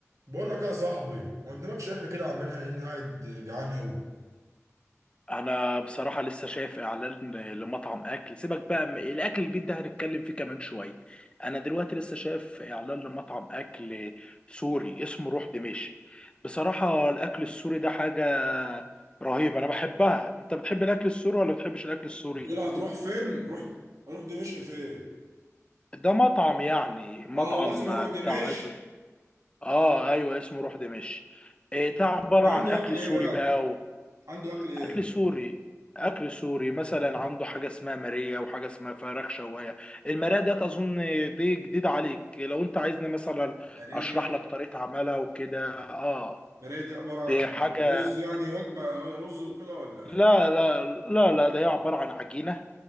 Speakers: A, on the right; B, on the left.
A: بقول لك إيه يا صاحبي ما قدامكش احنا كده عاملها اني قاعد جعان قوي
B: انا بصراحه لسه شايف اعلان لمطعم اكل سيبك بقى من- الاكل البيت ده هنتكلم فيه كمان شويه انا دلوقتي لسه شايف اعلان لمطعم اكل سوري اسمه روح دمشق بصراحه الاكل السوري ده حاجه رهيبه انا بحبها انت بتحب الاكل السوري ولا بتحبش الاكل السوري
A: بتقولها هتروح فين؟ روح هروح دمشق فين؟
B: ده مطعم يعني مطعم
A: اه هو اسمه روح دمشق
B: بتاع اكل اه ايوه اسمه روح دمشق إيه ده عباره
A: ده
B: عن
A: عنده
B: اكل
A: اكل ايه
B: سوري
A: بقى؟
B: بقى
A: عنده اكل ايه؟
B: اكل سوري اكل سوري مثلا عنده حاجه اسمها ماريه وحاجه اسمها فراخ شوايه الماريه ده اظن دي جديده عليك لو انت عايزني مثلا
A: بريه
B: اشرح لك طريقه عملها وكده اه
A: بريه دي عباره عن
B: دي
A: إيه؟
B: حاجه
A: رز يعني وجبه رز وكده ولا
B: لا
A: ايه؟
B: لا لا لا ده هي عباره عن عجينه